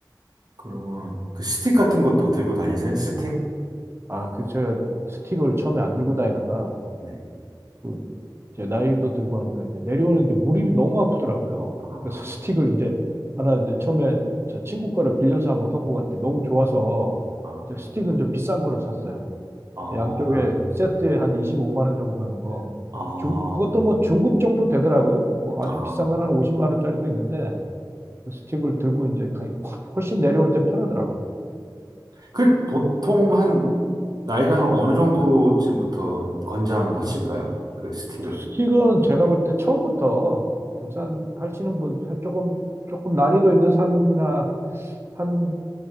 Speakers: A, on the right (about 55°); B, on the right (about 30°).
A: 그러면 그 스틱 같은 것도 들고 다니세요? 스틱?
B: 아, 그, 제가 스틱을 처음에 안 들고 다니다가,
A: 네.
B: 그, 이제 나이도 들고 하니까 이제 내려오는데 무릎이 너무 아프더라고요.
A: 아,
B: 그래서 <laughs> 스틱을 이제 하나 이제 처음에 저 친구 거를 빌려서 한번 하고 갔더니 너무 좋아서
A: 아,
B: 이제 스틱은 좀 비싼 거를 샀어요.
A: 어,
B: 양쪽에 세트에 한 25만 원 정도 하는 거.
A: 아,
B: 중, 그것도 뭐 중급 정도 되더라고요. 뭐 아주
A: 아.
B: 비싼 건 한 50만 원짜리도 있는데 그 스틱을 들고 이제 가니까 확- 훨씬 내려올 때 편하더라고요.
A: 그, 보통 한, 나이가 한 어느 정도쯤부터 권장하실까요? 그 스틱을?
B: 스틱은 제가 볼 때 처음부터 등산하시는 분, 하- 조금, 조금 난이도 있는 산이나 한,